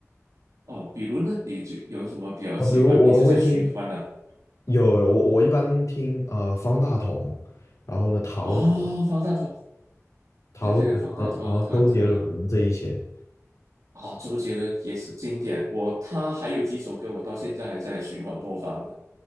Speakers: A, on the right; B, on the left.
A: 哦，比如呢，你最有什么比较喜欢，
B: 啊，比如我都会听，
A: 一直在循环的？
B: 有有，我我一般听呃方大同，然后呢陶喆、
A: 哦，方大同，
B: 陶喆，
A: 对对对，方大同，
B: 然后周杰伦这一些，
A: 他他。哦，周杰伦也是经典，我他还有几首歌我到现在还在循环播放的。